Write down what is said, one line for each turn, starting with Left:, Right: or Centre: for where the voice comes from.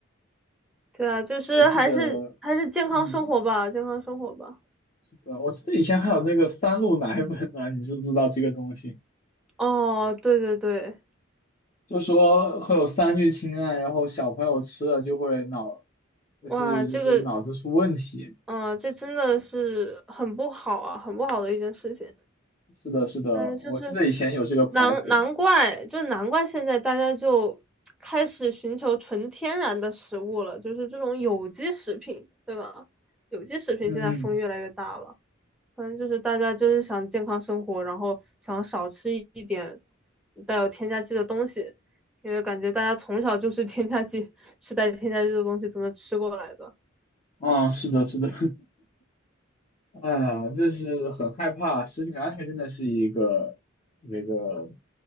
Centre: 对啊，就是还是还是健康生活吧，
Left: 我记得，嗯，
Centre: 健康生活吧。
Left: 对，我记得以前还有那个三鹿奶粉呢，你知不知道这个东西？
Centre: 哦，对对对，
Left: 就说会有三聚氰胺，然后小朋友吃了就会脑，就是就是脑子出问题。
Centre: 哇，这个，啊、这真的是很不好啊，很不好的一件事情。
Left: 是的，是的，
Centre: 嗯，就是
Left: 我记得以前有这个牌子。
Centre: 难难怪，就难怪现在大家就开始寻求纯天然的食物了，就是这种有机食品，对吧？有机食品现在风越来越大了，
Left: 嗯嗯。
Centre: 反正就是大家就是想健康生活，然后想少吃一点带有添加剂的东西，因为感觉大家从小就是 <laughs> 添加剂，吃带添加剂的东西怎么吃过来的？
Left: 啊，是的，是的，<laughs> 哎呀，就是很害怕，食品安全真的是一个那个